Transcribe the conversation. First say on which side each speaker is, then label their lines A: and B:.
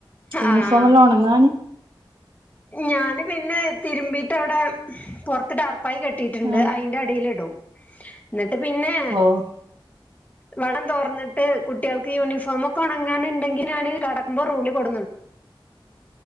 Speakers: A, on the right (about 80°); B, on the left (about 20°).
A: യൂണഫോമല്ലാം
B: ആഹ്
A: ഒണങ്ങാന്
B: ഞാന് പിന്നെ തിരുമ്പീട്ടവിടെ പുറത്ത് ടാർ പായി കെട്ടിയിട്ടുണ്ട്
A: ആഹ്
B: അയ് അടിലിട്ടും ഇന്നിട്ട് പിന്നെ
A: ഓ
B: വളളം തോർന്നിട്ട് കുട്ടികൾക്ക് യൂണിഫോമക്കെ ഉണങ്ങാനു ഉണ്ടെങ്കിൽ ഞാൻ കടക്കുമ്പോ റൂമിൽ കൊടുന്നിടും